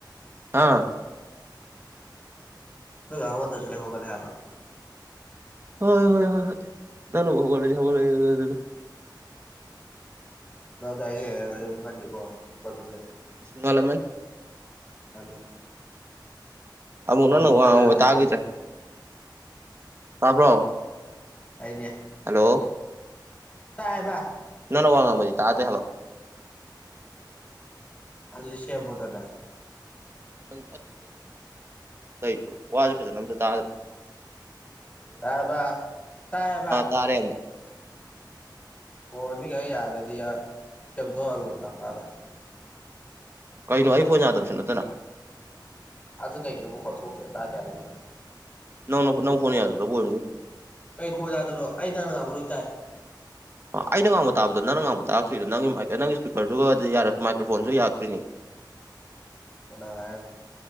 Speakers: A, on the right; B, on the left.
A: ꯑꯥ
B: ꯃꯣꯏ ꯀꯅꯥꯝ ꯍꯧꯒꯠꯇꯔꯁꯨ ꯑꯩꯗꯤ ꯍꯧꯒꯠꯂꯦ ꯍꯥꯏꯕ
A: ꯍ ꯍꯣꯏ ꯍꯣꯏ ꯍꯣꯏ ꯅꯪꯅ ꯍꯧꯒꯠꯔꯗꯤ ꯍꯧꯒꯠꯂꯦ ꯍꯥꯏꯕꯗꯨꯅꯤ
B: ꯅꯪꯒ ꯑꯩꯒ ꯌꯦꯡꯅꯔꯗꯤ ꯑꯌꯨꯛ ꯉꯜꯂꯤꯀꯣ ꯍꯧꯒꯠꯄꯁꯦ
A: ꯉꯂꯝꯃꯅꯤ
B: ꯉꯜꯂꯦ
A: ꯑꯃꯨꯛ ꯅꯪ
B: ꯍꯧꯗꯣꯛꯅꯁꯦ
A: ꯋꯥ ꯉꯥꯡꯕ
B: ꯑꯗꯨꯗꯤ
A: ꯇꯥꯈꯤꯗ꯭ꯔꯦ ꯇꯥꯕ꯭ꯔꯣ
B: ꯑꯩꯅꯦ
A: ꯍꯜꯂꯣ
B: ꯇꯥꯏꯌꯦ ꯕꯥꯏ
A: ꯅꯪꯅ ꯋꯥ ꯉꯥꯡꯕꯗꯤ ꯇꯥꯗꯔꯦ ꯍꯥꯏꯕ
B: ꯑꯗꯨꯗꯤ ꯁꯦꯃꯣꯗꯅ
A: ꯐꯣꯟ ꯇꯠꯂꯤꯁꯦ ꯒꯩꯗꯧꯔꯒꯦ ꯅꯪꯕꯣ ꯋꯥꯖꯦ ꯐꯖꯅ ꯑꯝꯇ ꯇꯥꯗꯔꯦ
B: ꯇꯕꯥ ꯇꯥꯏꯕ
A: ꯇꯥꯔꯦ ꯑꯃꯨꯛ
B: ꯐꯣꯟꯅꯤ ꯀꯌꯥ ꯌꯥꯔꯗꯤ ꯁꯤꯝꯇꯣ ꯍꯜꯂꯣꯅ ꯄꯥꯔ
A: ꯀꯩꯅꯣ ꯑꯩ ꯐꯣꯟ ꯌꯥꯗꯕꯁꯨ ꯅꯠꯇꯅ
B: ꯑꯖ ꯀꯥꯏ ꯀꯔ ꯐꯣ ꯊ ꯊꯣꯛꯦ ꯇꯖꯦ ꯍꯥꯏꯖꯒ
A: ꯅꯧ ꯅꯧ ꯐꯣꯟ ꯌꯥꯗ ꯇꯕꯨꯣ
B: ꯀꯩ ꯈꯣꯏ ꯌꯥꯗꯕ꯭ꯔꯣ ꯑꯩ ꯅꯅ ꯉꯕ ꯂꯣꯏ ꯇꯥꯏ
A: ꯑꯩꯅ ꯉꯥꯡꯕ ꯇꯥꯕꯗꯣ ꯅꯪꯅ ꯉꯥꯡꯕ ꯇꯥꯔꯛꯇ꯭ꯔꯤꯗꯣ ꯅꯪꯒꯤ ꯅꯪꯒꯤ ꯏꯁꯄꯤꯀꯔꯗꯨꯒ ꯃꯥꯏꯀ꯭ꯔꯣꯐꯣꯟꯗꯨꯁꯨ ꯌꯥꯔꯛꯇ꯭ꯔꯤꯅꯤ <inaudible>
B: ꯀꯅꯥꯔꯕ